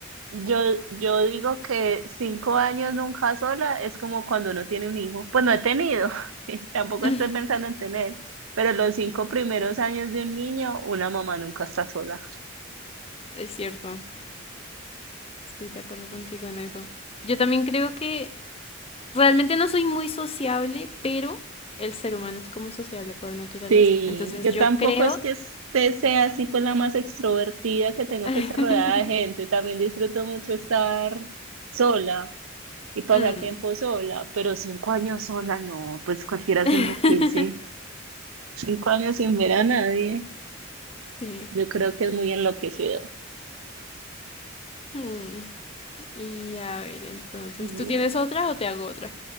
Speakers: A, on the right (about 85°); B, on the left (about 30°).
A: yo, yo digo que 5 años nunca sola es como cuando uno tiene un hijo. Pues no he tenido, <laughs> tampoco
B: Mm,
A: estoy pensando en tener, pero los 5 primeros años de un niño, una mamá nunca está sola.
B: Es cierto. Sí, de acuerdo contigo en eso. Yo también creo que realmente no soy muy sociable, pero el ser humano es como sociable por naturaleza.
A: Sí,
B: Entonces
A: yo
B: yo
A: tampoco
B: creo...
A: es que esté- sea así, pues la más extrovertida que tengo
B: <laughs>
A: que estar rodeada de gente. También disfruto mucho estar sola. y pasar
B: Mm,
A: tiempo sola, pero cinco años sola, no, pues cualquiera
B: <laughs>
A: se enloquece. Cinco años sin ver a nadie,
B: Sí.
A: yo creo que es muy enloquecedor.
B: Ujú. Y a ver, entonces,
A: Bueno,
B: ¿tú tienes otra o te hago otra?